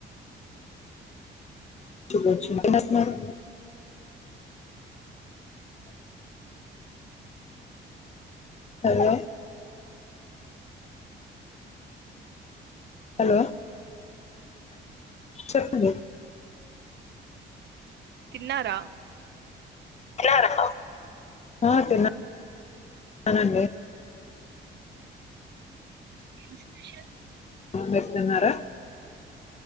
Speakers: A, on the left (about 35°); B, on the right (about 60°).
A: శుభచ్చిన <inaudible> ఎంజేస్తున్నారు
B: ఆఓ <inaudible>
A: హలో హలో చెప్పండి
B: తిన్నారా
A: ఆ తిన్నా ఆ తిన్నానండి
B: ఏం స్పెషల్
A: మీరు తిన్నారా